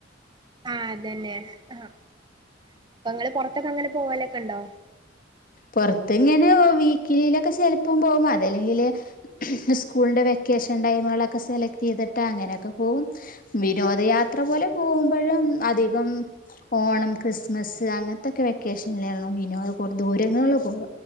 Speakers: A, on the right; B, on the left.
A: ആഹ അതന്നെ ആഹാ അപ്പൊ നിങ്ങള് പൊറാത്തൊക്കെ അങ്ങനെ പോവാലൊക്കെ ഉണ്ടോ
B: പൊറത്ത് ഇങ്ങനെ വീക്കിലിയിലൊക്കെ ചെലപ്പം പോകും അതല്ലെങ്കില് സ്കൂളിന്റെ വെക്കേഷൻ ടൈമുകളൊക്കെ സെലക്ട് ചെയ്തിട്ട് അങ്ങനെയൊക്കെ പോകും വിനോദയാത്ര പോലെ പോകുമ്പോഴും അധികം ഓണം ക്രിസ്മസ് അങ്ങനത്തൊക്കെ വെക്കേഷൻലേള്ളു വിനോത് കൊണ്ട് പോ എങ്ങനെയുള്ള പോക